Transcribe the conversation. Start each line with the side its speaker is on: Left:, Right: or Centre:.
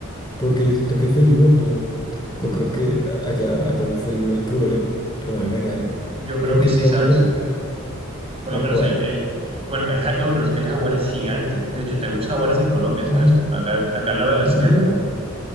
Left: porque yo siento que felinos no, no creo que haya, haya un felino al que uno le pueda ganar,
Right: Yo creo
Left: porque
Right: que sí,
Left: digamos
Right: ¿sabes?
Left: el perro,
Right: Por
Left: ¿a
Right: lo menos
Left: cuál?
Right: el, el- bueno, el ja- no, pero es que el jaguar es gigante. De hecho, tenemos jaguares en Colombia, ¿sabes?
Left: Mm,
Right: Acá, acá al lado de la
Left: No,
Right: sierra.